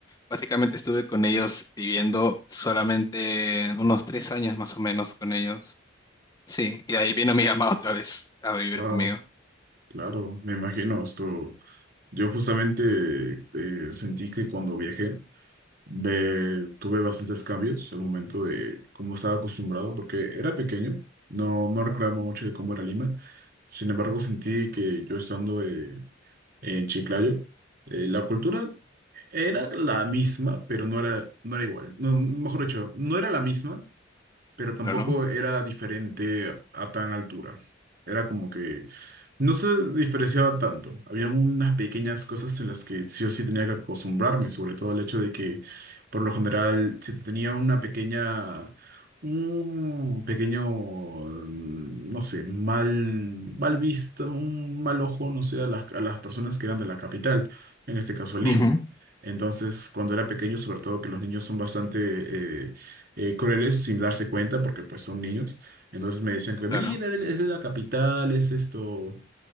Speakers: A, on the left (about 20°); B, on the right (about 55°).
A: Básicamente estuve con ellos viviendo solamente unos tres años más o menos con ellos. Sí, y de ahí vino mi mamá otra vez a vivir
B: wow,
A: conmigo.
B: claro, me imagino esto. Yo justamente eh, sentí que cuando viajé ve- tuve bastantes cambios al momento de cómo estaba acostumbrado, porque era pequeño, no, no recordaba mucho de cómo era Lima. Sin embargo, sentí que yo estando eh, en Chiclayo, eh, la cultura era la misma, pero no era, no era igual. No, mejor dicho, no era la misma, pero tampoco
A: Claro.
B: era diferente a tan altura. Era como que no se diferenciaba tanto. Habían unas pequeñas cosas en las que sí o sí tenía que acostumbrarme, sobre todo el hecho de que, por lo general, si tenía una pequeña, un pequeño, mm, no sé, mal, mal vista, un mal ojo, no sé, a las, a las personas que eran de la capital, en este caso Lima.
A: Ujú,
B: Entonces, cuando era pequeño, sobre todo que los niños son bastante eh, eh, crueles sin darse cuenta porque pues son niños. Entonces me decían que, mira,
A: Claro.
B: él es de la capital, es esto,